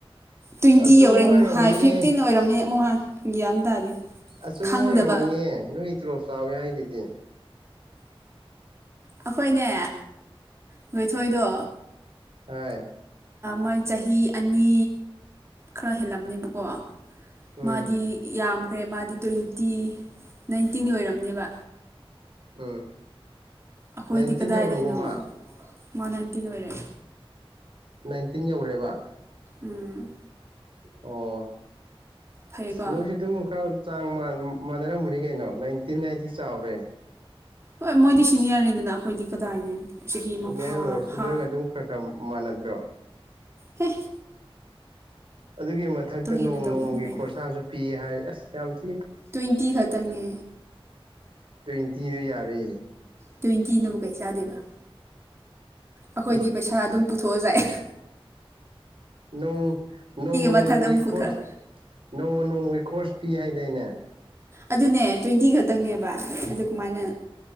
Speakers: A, on the right; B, on the right.
A: ꯑꯦꯁ
B: ꯇ꯭ꯋꯦꯟꯇꯤ
A: ꯑꯆꯨꯝꯕ
B: ꯌꯧꯔꯦ
A: ꯑꯣꯏꯔꯝꯒꯅꯤꯍꯦ
B: ꯑꯃꯨꯛ ꯍꯥꯏ ꯐꯤꯐꯇꯤꯟ ꯑꯣꯏꯔꯝꯃꯦ <inaudible> ꯒ꯭ꯌꯥꯟ ꯇꯥꯗꯦ
A: ꯑꯆꯨꯝꯕ
B: ꯈꯪꯗꯕ
A: ꯑꯣꯏꯔꯝꯒꯅꯦ ꯅꯣꯏ ꯇꯂꯣꯞ ꯆꯥꯎꯋꯤ ꯍꯥꯏ ꯗꯨꯗꯤ
B: ꯑꯩꯈꯣꯏꯅꯦ <inaudible> ꯊꯣꯏꯗꯣ
A: ꯑꯥꯏ
B: ꯃꯥꯏ ꯆꯍꯤ ꯑꯅꯤ ꯈꯔ ꯍꯦꯜꯂꯝꯅꯦꯕꯀꯣ
A: ꯎꯝ
B: ꯃꯥꯗꯤ ꯌꯥꯝ ꯈ꯭ꯔꯦ ꯃꯥꯗꯤ ꯇ꯭ꯋꯦꯟꯇꯤ ꯅꯥꯏꯟꯇꯤꯟ ꯑꯣꯏꯔꯝꯅꯦꯕ
A: ꯎꯝ
B: ꯑꯩꯈꯣꯏꯗꯤ
A: ꯅꯥꯏꯟꯇꯤꯟ
B: ꯀꯗꯥꯏꯗꯩꯅꯣ
A: ꯌꯧꯔꯕꯣꯃ
B: ꯃꯥ ꯅꯥꯏꯟꯇꯤꯟ ꯑꯣꯏꯔꯦ
A: ꯅꯥꯏꯟꯇꯤꯟ ꯌꯧꯔꯦꯕ
B: ꯎꯝ
A: ꯑꯣ
B: ꯐꯩꯀꯣ
A: ꯏꯁ ꯅꯣꯏꯁꯨ ꯗꯨꯝ ꯈꯔ ꯆꯥꯡ ꯃꯥꯟꯅꯔꯝꯃꯅꯤ ꯀꯩꯅꯣ ꯅꯥꯏꯟꯇꯤꯟ ꯅꯥꯗꯤ ꯆꯥꯎꯔꯦ
B: ꯍꯣꯏ ꯃꯣꯏꯗꯤ ꯁꯤꯅꯤꯌꯔꯅꯤꯗꯅ ꯑꯩꯈꯣꯏꯗꯤ ꯀꯗꯥꯏꯅꯦ ꯆꯍꯤ
A: ꯁꯤꯅꯦ
B: ꯑꯃ ꯐꯥ
A: ꯑꯣꯏ ꯁꯅ
B: ꯐꯥ
A: ꯑꯗꯨꯝ ꯈꯔ ꯈꯔ ꯃꯥꯟ ꯭ꯔꯣ
B: ꯍ
A: ꯑꯗꯨꯒꯤ ꯃꯊꯛꯇ ꯅꯣꯡꯃ
B: ꯏꯟꯅ ꯇꯧꯕꯅꯤ
A: ꯅꯣꯡꯃꯒꯤ
B: ꯀꯩꯅꯣ
A: ꯈꯣꯔꯁꯥꯁꯨ ꯄꯤ ꯍꯥꯏ ꯑꯁ ꯌꯥꯝ ꯊ
B: ꯇ꯭ꯋꯦꯟꯇꯤ ꯈꯛꯇꯪꯅꯦ
A: ꯇ ꯇꯔ ꯌꯥꯔꯦ
B: ꯇ꯭ꯋꯦꯟꯇꯤꯅꯕꯨ ꯀꯩ ꯆꯥꯗꯣꯏꯕ ꯑꯩꯈꯣꯏꯗꯤ
A: ꯑꯦ
B: ꯄꯩꯁꯥ ꯑꯗꯨꯝ ꯊꯣꯛꯑꯖꯥꯏ
A: ꯣꯡ ꯅꯣꯡꯃ
B: ꯃꯊꯛꯇ
A: ꯅꯣꯡꯃꯒꯤ
B: ꯑꯃꯨꯛ
A: ꯈꯁ
B: ꯄꯨꯊꯔ
A: ꯅꯣꯡꯃ ꯅꯣꯡꯃꯒꯤ ꯀꯣꯔꯁ ꯐꯤ ꯍꯥꯏꯗꯥꯏꯅꯦ
B: ꯑꯗꯨꯅꯦ ꯇ꯭ꯋꯦꯟꯇꯤ ꯈꯛꯇꯪꯅꯦꯕ ꯑꯗꯨ ꯀꯃꯥꯏꯅ